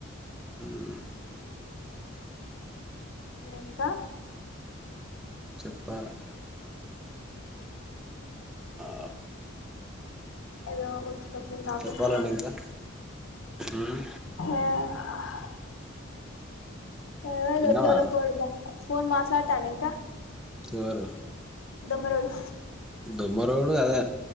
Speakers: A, in the centre; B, on the left.
A: ఉమ్
B: ఉమ్ ఇంకా
A: చెప్పాలా ఆ
B: ఏదో గుర్తుకొచ్చింది టాపిక్
A: చెప్పాలండి ఇంకా ఉమ్
B: ఆ అదేదో
A: తిన్నావా
B: ఒట్లల పోడదా ఫోన్ మాట్లాడతాండా ఇంకా
A: ఎవరు
B: దొమ్మరోడు
A: దొమ్మరోడు అదే